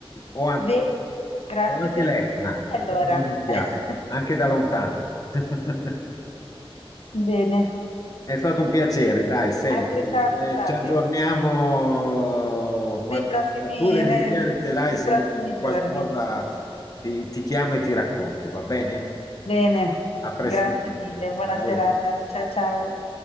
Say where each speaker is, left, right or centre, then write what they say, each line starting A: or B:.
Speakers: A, on the left; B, on the left.
A: o, an-
B: Bene, grazie
A: o anche
B: per
A: l'Etna,
B: i consigli
A: datevi
B: allora.
A: un'occhiata,
B: <laughs>
A: anche da lontano. <laughs>
B: Bene,
A: È stato un piacere,
B: e
A: dai, senti,
B: altrettanto
A: eh,
B: Fabio,
A: ci aggiorniamo quando
B: nei prossimi,
A: tu le idee
B: nei
A: chiare te l'hai,
B: nei
A: se
B: prossimi
A: io ho
B: giorni.
A: qualcosa ti, ti chiamo e ti racconto, va bene?
B: Bene,
A: A prestissimo,
B: grazie mille, buona
A: ciao.
B: serata, ciao ciao.